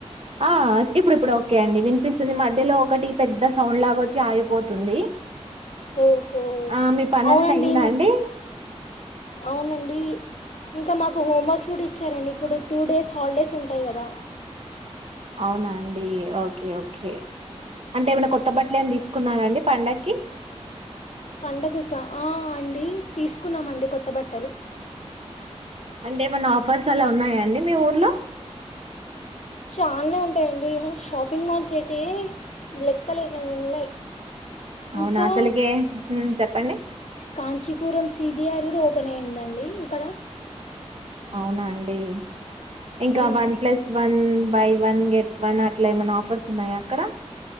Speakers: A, on the right; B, on the left.
A: ఆ ఇప్పుడు ఇప్పుడు ఓకే అండి వినిపిస్తుంది మధ్యలో ఒకటి పెద్ద సౌండ్ లాగ వచ్చి ఆగిపోతుంది
B: ఓహో
A: ఆ మీ పనంత
B: అవునండి
A: అయిందా అండి
B: అవునండి ఇంకా మాకు హోమ్వర్క్స్ కూడా ఇచ్చారండి ఇప్పుడు టూ డేస్ హాలిడేస్ ఉంటాయి కదా
A: అవునాండి ఓకే ఓకే అంటే ఏమైనా కొ కొత్త బట్లన్ తీసుకున్నారండి పండగ్కి
B: పండగకా ఆ అండి తీసుకున్నామండి కొత్త బట్టలు
A: అంటే ఏమన్నా ఆఫర్స్ అలా ఉన్నాయా అండి మీ ఊర్లో
B: ఆన్నే ఉంటాయండి షాపింగ్ మాల్స్ అయితే లెక్కలు లేనన్ని ఉన్నాయి
A: అవునా
B: ఇంకా
A: అసలుకే హ్మ్. చెప్పండి
B: కాంచీపురం సిబిఆర్ ఎప్పుడు ఓపెన్ అయిందండి ఇక్కడ
A: అవునా అండి ఇంకా
B: um,
A: one plus one buy one get one అట్లా ఏమన్నా ఆఫర్స్ ఉన్నాయా అక్కడ